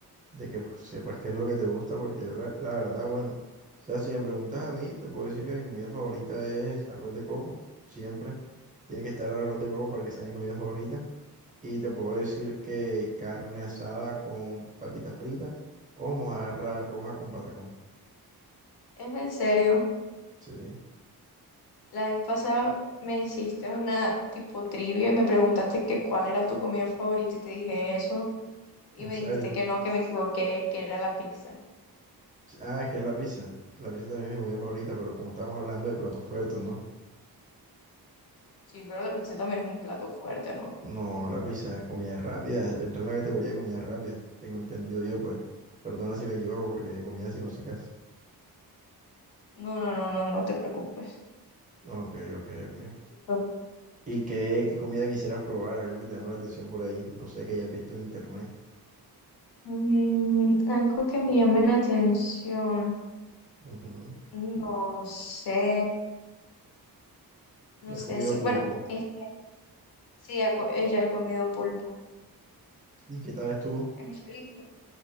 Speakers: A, on the right; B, on the left.
A: de que pues, sepas qué es lo que te gusta, porque yo la, la verdad, bueno, o sea, si me preguntas a mí, te puedo decir que mi comida favorita es arroz de coco, siempre. Tiene que estar el arroz de coco para que sea mi comida favorita. Y te puedo decir que carne asada con papita frita o mojarra roja con patacón.
B: Es en serio.
A: Sí,
B: La vez pasada me hiciste una tipo trivia y me preguntaste que cuál era tu comida favorita y te dije eso y
A: en
B: me
A: serio.
B: dijiste que no, que me equivoqué, que era la pizza.
A: Sí, Ah, es que es la pizza. La pizza también es mi comida favorita, pero como estamos hablando de platos fuertes, ¿no?
B: Sí, pero la pizza también es un plato fuerte, ¿no?
A: No, la pizza es comida rápida. Entra en la categoría de comida rápida. Tengo entendido yo, pues. Perdona si me equivoco, porque comida si no se casa.
B: No, no, no, no, no te preocupes.
A: Ok, ok, ok.
B: No te preocupes.
A: ¿Y qué, qué comida quisieras probar? Algo que te llame la atención por ahí. No sé, que hayas visto en internet.
B: Mm, algo que me llame la atención.
A: Ujú.
B: No sé. No
A: ¿Ya has
B: sé
A: comido
B: si, bueno,
A: pulpo?
B: es- sí, ha co- ella ha comido pulpo.
A: ¿Y qué tal estuvo?
B: Es rico.